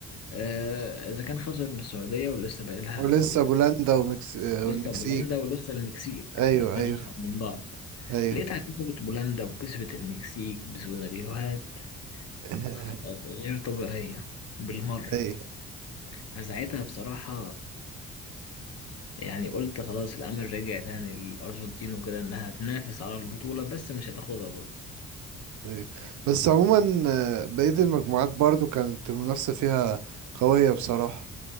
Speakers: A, on the left (about 55°); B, on the right (about 75°).
A: آه، إذا كان خسرت من السعودية ولسه باقي لها
B: ولسه
A: بال...
B: بولندا ومكس... آه،
A: لسه
B: والمكسيك
A: بولندا ولسه المكسيك
B: ايوه
A: والاتنين
B: ايوه
A: أصعب من بعض
B: ايوه
A: لقيتها كسبت بولندا وكسبت المكسيك بسيناريوهات
B: <laughs>
A: خ- غير طبيعية بالمرة
B: ايوه
A: فساعتها بصراحة يعني قلت خلاص الأمل رجع تاني للأرجنتين وكده إنها تنافس على البطولة بس مش هتاخدها برضه
B: ايوه بس عموما آه، بقية المجموعات برضو كانت المنافسة فيها قوية بصراحة